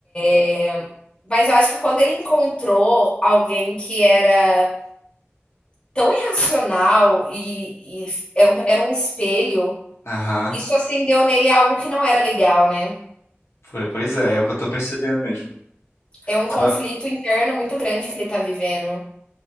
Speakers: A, on the left; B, on the left.
A: É, Mas eu acho que quando ele encontrou alguém que era tão irracional e, e era, um, era um espelho,
B: Aham.
A: isso acendeu nele algo que não era legal, né?
B: Foi- Pois é, é o que eu tô percebendo mesmo.
A: É um
B: Então,
A: conflito interno muito grande que ele tá vivendo.